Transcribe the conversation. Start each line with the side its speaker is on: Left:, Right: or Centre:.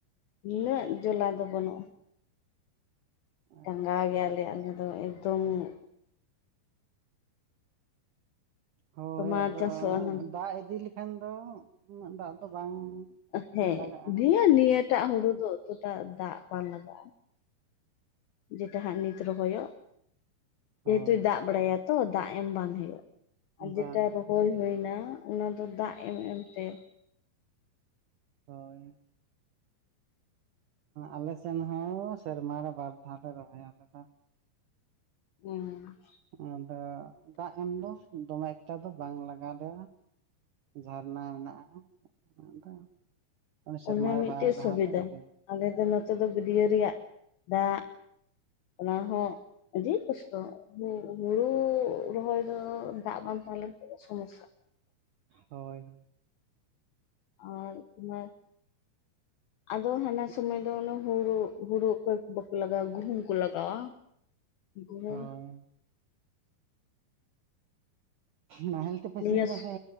Left: ᱩᱱᱟᱹᱜ ᱡᱚᱞᱟ ᱫᱚ ᱵᱟᱹᱱᱩᱜᱼᱟ ᱾ ᱰᱟᱸᱜᱟ
Right: ᱟᱪᱪᱷᱟ
Left: ᱜᱮᱭᱟ ᱞᱮ ᱟᱞᱮ ᱫᱚ ᱮᱠᱫᱚᱢ ᱾
Right: ᱦᱚᱭ
Left: ᱛᱳᱢᱟᱨ
Right: ᱟᱫᱚ
Left: ᱪᱟᱥᱚᱜᱼᱟ
Right: ᱫᱟᱜ ᱤᱫᱤ ᱞᱮᱠᱷᱟᱱ ᱫᱚ ᱩᱱᱟᱹᱜ ᱫᱟᱜ ᱫᱚ ᱵᱟᱝ
Left: ᱦᱮᱸ
Right: ᱞᱟᱜᱟᱜᱼᱟ
Left: ᱱᱤᱭᱟᱹ ᱱᱤᱭᱟᱹᱴᱟᱜ ᱦᱩᱲᱩ ᱫᱚ ᱮᱛᱚᱴᱟ ᱫᱟᱜ ᱵᱟᱝ ᱞᱟᱜᱟᱜᱼᱟ ᱾ ᱡᱮᱛᱮ ᱦᱟᱸᱜ ᱱᱤᱛ ᱨᱚᱦᱚᱭᱚᱜ ᱾ ᱡᱮᱦᱮᱛᱩ
Right: ᱦᱳᱭ
Left: ᱫᱟᱜ ᱵᱟᱲᱟᱭᱟ ᱛᱚ ᱫᱟᱜ ᱮᱢ ᱵᱟᱝ ᱦᱩᱭᱩᱜᱼᱟ ᱾
Right: ᱦᱳᱭ
Left: ᱟᱨ ᱡᱮᱴᱟ
Right: ᱵᱟᱝ
Left: ᱦᱩᱭ ᱦᱩᱭᱱᱟ ᱚᱱᱟ ᱫᱚ ᱫᱟᱜ ᱮᱢ ᱮᱢ ᱛᱮ ᱾
Right: ᱦᱚᱭ ᱟᱞᱮ ᱥᱮᱱ ᱦᱚᱸ ᱥᱮᱨᱢᱟ ᱨᱮ ᱵᱟᱨ ᱫᱷᱟᱣ ᱞᱮ ᱨᱚᱦᱚᱭᱟ ᱟᱞᱮ ᱫᱚ ᱾
Left: ᱦᱮᱸ
Right: ᱟᱫᱚ ᱫᱟᱜ ᱮᱢ ᱫᱚ ᱫᱚᱢᱮ ᱮᱠᱴᱟ ᱫᱚ ᱵᱟᱝ ᱞᱟᱜᱟᱣ ᱞᱮᱭᱟ ᱾ ᱡᱷᱟᱨᱱᱟ ᱦᱮᱱᱟᱜᱼᱟ ᱾ ᱟᱫᱚ ᱥᱮᱨᱢᱟ
Left: ᱚᱱᱟ
Right: ᱨᱮ
Left: ᱢᱤᱫᱴᱮᱡ
Right: ᱵᱟᱨ ᱫᱷᱟᱣ
Left: ᱥᱩᱵᱤᱫᱷᱟ
Right: ᱞᱮ ᱨᱚᱦᱚᱭᱟ
Left: ᱾ ᱟᱞᱮ ᱫᱚ ᱱᱚᱛᱮ ᱫᱚ ᱜᱟᱹᱰᱭᱟᱹ ᱨᱮᱭᱟᱜ ᱫᱟᱜ ᱚᱱᱟ ᱦᱚᱸ ᱟᱹᱰᱤ ᱠᱚᱥᱴᱚ. ᱾ ᱦᱩᱲᱩ ᱨᱚᱦᱚᱭ ᱫᱚ ᱫᱟᱜ ᱵᱟᱝ ᱛᱟᱦᱮᱸᱞᱮᱱᱠᱷᱟ ᱫᱚ ᱥᱚᱢᱚᱥᱟ ᱾
Right: ᱦᱚᱭ
Left: ᱦᱚᱭ ᱢᱟᱱᱮ ᱟᱫᱚ ᱦᱟᱱᱟ ᱥᱚᱢᱚᱭ ᱫᱚ ᱦᱩᱲᱩ ᱦᱩᱲᱩ ᱚᱠᱚᱭ ᱠᱚ ᱵᱟᱠᱚ ᱞᱟᱜᱟᱣᱟ ᱜᱩᱦᱩᱢ ᱠᱚ ᱞᱟᱜᱟᱣᱟ ᱾ <unintelligible>
Right: ᱦᱳᱭ ᱱᱟᱦᱮᱞ ᱛᱮᱯᱮ
Left: ᱱᱤᱭᱟᱹ
Right: ᱥᱤᱭᱮᱫᱟ ᱥᱮ